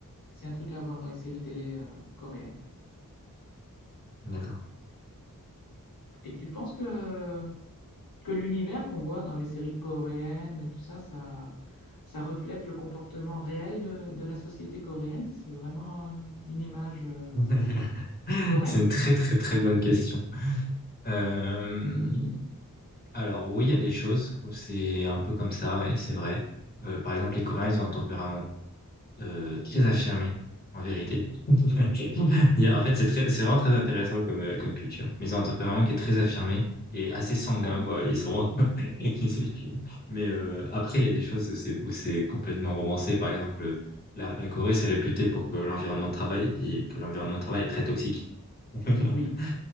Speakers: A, on the left; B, on the left.
A: c'est un truc à voir dans les séries télé euh, coréennes.
B: Mm. D'accord.
A: Et tu penses que que l'univers qu'on voit dans les séries coréennes et tout ça, ça, ça reflète le comportement réel de, de la société coréenne. C'est vraiment euh, une image euh,
B: <laughs>
A: correcte?
B: C'est une très très très bonne question. Euh, alors oui, il y a des choses où c'est un peu comme ça, ouais, c'est vrai. Euh, par exemple, les Coréens, ils ont un tempérament euh, très affirmé, en vérité. Ok. Il y a- en fait, c'est très, c'est vraiment très intéressant comme, euh, comme culture. Mais ils ont un tempérament qui est très affirmé et assez sanguin,
A: Ouais.
B: quoi. Ils sont. <laughs> Mais euh, après, il y a des choses où c'est où c'est complètement romancé. Par exemple, la, la Corée, c'est réputé pour que l'environnement de travail et que l'environnement de travail est très toxique. <laughs>
A: Oui,